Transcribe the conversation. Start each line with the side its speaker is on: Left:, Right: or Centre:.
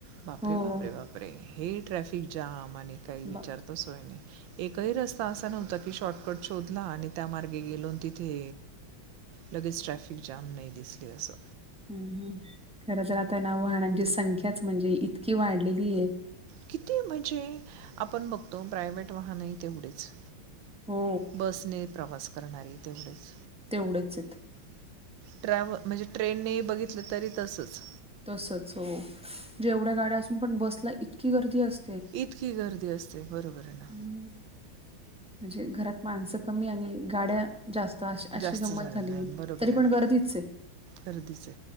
Right: बापरे
Centre: हो.
Right: बापरे बापरे? हे ट्रॅफिक जाम आणि काही
Centre: बाप
Right: विचारतो सोय नाही. एकही रस्ता असा नव्हता की शॉर्टकट शोधला आणि त्या मार्गे गेलो तिथे लगेच ट्रॅफिक जाम नाही दिसले असं.
Centre: हं, हं. खरं तर आता ना वाहनांची संख्याच म्हणजे इतकी वाढलेली ए.
Right: किती म्हणजे आपण बघतो प्रायवट वाहन. तेवढेच
Centre: हो
Right: बसने प्रवास करणारी तेवढेच.
Centre: तेवढेच येत.
Right: ट्रॅव्हल म्हणजे ट्रेनने बघितलं तरी तसच.
Centre: तसच हो म्हजे एवढ्या गाड्या असून पण बसला इतकी गर्दी अस
Right: इतकी गर्दी असते बरोबर आहे ना
Centre: हम्म. म्हणजे घरात माणसं कमी आणि गाड्या जास्त अशी अशी
Right: जास्त
Centre: गंमत
Right: झालेलं
Centre: झालीय
Right: आहे बरोबर
Centre: तरी
Right: आहे
Centre: पण
Right: ना
Centre: गर्दीचये.
Right: गर्दीचं